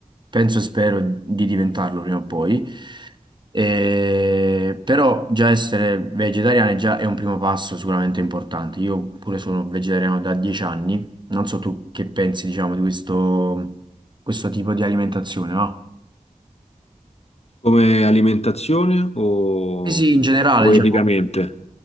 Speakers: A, on the right; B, on the left.
A: penso e spero di diventarlo prima o poi. Eh, però già essere vegetariani già è un primo passo sicuramente importante. Io pure sono vegetariano da 10 anni non so tu che pensi, diciamo, di questo, questo tipo di alimentazione, no?
B: Come alimentazione o,
A: Sì, sì, in generale,
B: o
A: diciamo,
B: eticamente?